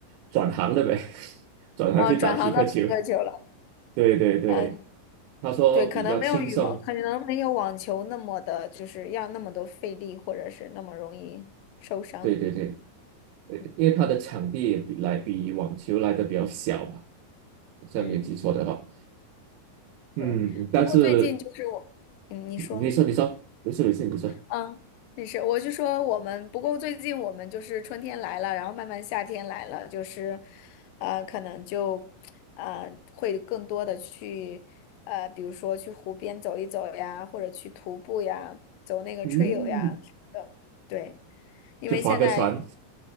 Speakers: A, on the right; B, on the left.
A: 转行了呗，<laughs> 转行去打匹克球。
B: 嗯、转行到匹克球了，
A: 对对对，
B: 嗯、
A: 他说比较轻松。
B: 对，可能没有羽毛，可能没有网球那么的，就是要那么多费力，或者是那么容易受伤。
A: 对对对，呃因为他的场地也比来比网球来的比较小吧，
B: 嗯
A: 好像没有记错的话。
B: 嗯，
A: 嗯，
B: 对。
A: 但是
B: 不过最近就是我，嗯，你说。
A: 你说你说，没事没事，你说，
B: 嗯，没事，我就说我们，不过最近我们就是春天来了，然后慢慢夏天来了，就是，呃，可能就，呃，会更多的去，呃，比如说去湖边走一走呀，或者去徒步呀，走那个
A: 嗯，
B: trail 呀什么的。对，因为现在
A: 去划个船。